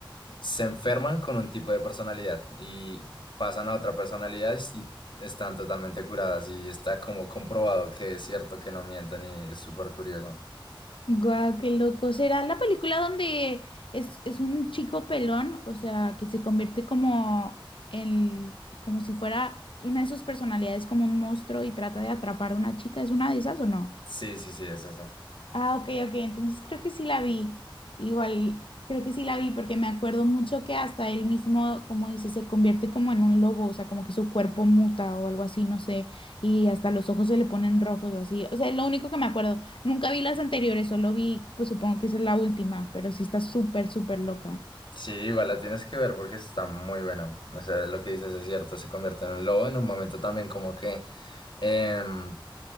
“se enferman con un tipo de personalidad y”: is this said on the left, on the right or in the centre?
Left